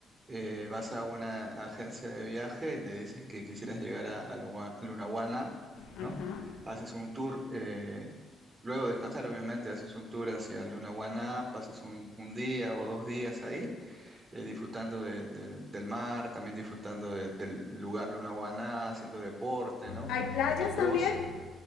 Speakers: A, on the right; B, on the left.
A: eh, vas a una agencia de viaje, le dices que quisieras llegar a, a Lua- a Lunahuana,
B: Ajá.
A: ¿no? Haces un tour, eh, luego de descansar, obviamente, haces un tour hacia Lunahuana, pasas un, un día o dos días ahí, eh, disfrutando de- del del mar, también disfrutando de- del lugar Lunahuana, haciendo deporte, ¿no?
B: ¿Hay playas
A: Motocross.
B: también?